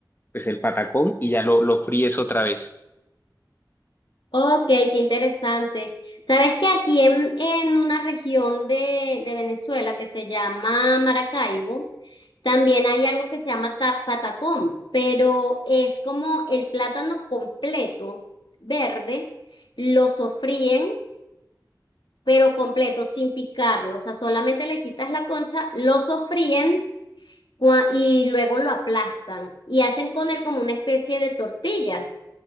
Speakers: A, on the left (about 30°); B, on the left (about 80°).
A: pues el patacón y ya lo, lo fríes otra vez.
B: ok, qué interesante. ¿Sabes que aquí en, en una región de, de Venezuela que se llama Maracaibo, también hay algo que se llama ta- patacón, pero es como el plátano completo, verde, lo sofríen, pero completo, sin picarlo, o sea, solamente le quitas la concha, lo sofríen cua- y luego lo aplastan y hacen con él como una especie de tortilla.